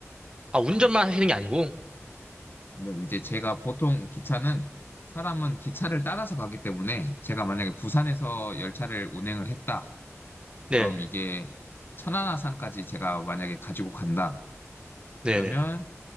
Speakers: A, on the right; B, on the left.
A: 아, 운전만 하시는 게 아니고?
B: 근데 이제 제가 보통 기차는 사람은 기차를 따라서 가기 때문에 제가 만약에 부산에서 열차를 운행을 했다. 그럼
A: 네,
B: 이게 천안아산까지 제가 만약에 가지고 간다.
A: 네네,
B: 이러면